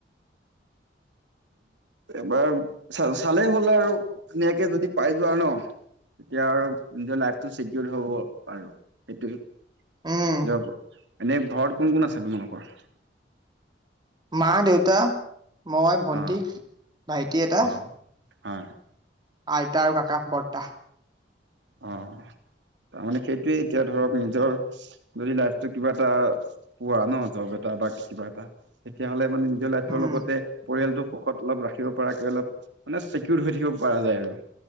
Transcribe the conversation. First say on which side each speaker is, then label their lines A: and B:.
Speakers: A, on the right; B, on the right.
A: এবাৰ চালে হল আৰু ধুনীয়াকে যদি পাই যোৱা ন। এতিয়া আৰু নিজৰ লাইফটো চিকিউৰ হব আৰু সেইটোৱে। য
B: উম
A: এনেই ঘৰত কোন - কোন আছে তোমালোকৰ?
B: মা দেউতা মই ভন্টি
A: অ',
B: ভাইটি এটা।
A: অ'। হয়।
B: আইটা আৰু ককা বৰ্তা।
A: অ', তাৰ মানে সেইটোয়ে এতিয়া ধৰক নিজৰ যদি লাইফটো কিবা এটা পোৱা ন জব এটা। কিবা এটা তেতিয়ালে মানে নিজৰ লাইফ
B: উম।
A: লগতে পৰিয়াল সুখত অলপ ৰাখিব পৰাকে অলপ মানে চিকিউৰ হৈ থাকিব পৰা যায় আৰু।